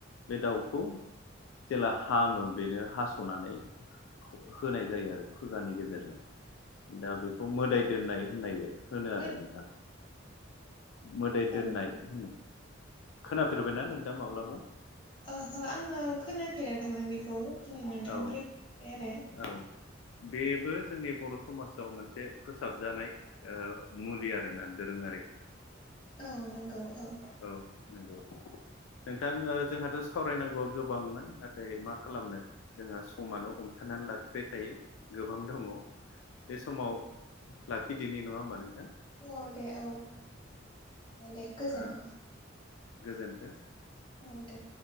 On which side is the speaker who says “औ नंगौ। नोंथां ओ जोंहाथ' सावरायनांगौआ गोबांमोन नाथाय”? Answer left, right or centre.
Left